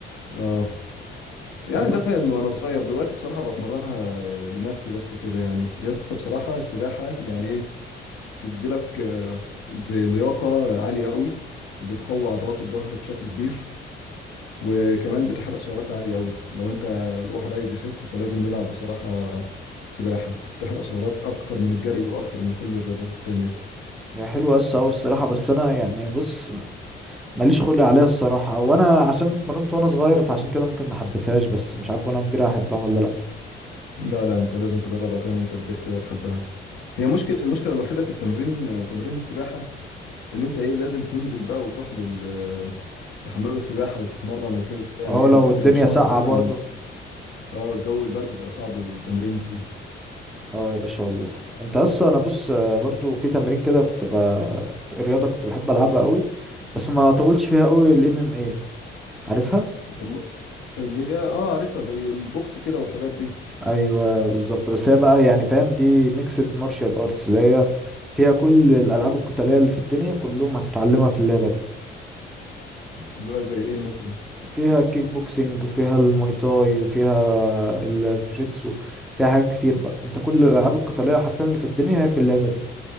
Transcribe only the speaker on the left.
اه يعني
ده كان وانا صغير دلوقتي بصراحة بتمرنها لنفسي بس كده يعني يس بصراحة السباحة يعني ايه بتديلك آه، زي لياقة عالية قوي وبتقوي عضلات الظهر بشكل كبير وكمان بتحرق سعرات عالية قوي لو انت واحد عايز يخس فلازم يلعب بصراحة سباحة تحرق سعرات اكتر من الجري واكتر من كل الرياضات التانية
لا لا انت لازم تجربها تاني وانت كبير كده هتحبها هي مشكلة المشكلة الوحيدة في التمرين آه، تمرين السباحة ان انت ايه لازم تنزل بقى وتروح لل آه، لحمام السباحة وتتمرن وكده يعني
ايه
بيبقى
مشوار
غالبا
اه جو البرد بيبقى صعب التمرين فيه
والله اللي هي اه عارفها زي البوكس كده والحاجات دي
اللي هو زي ايه مثلا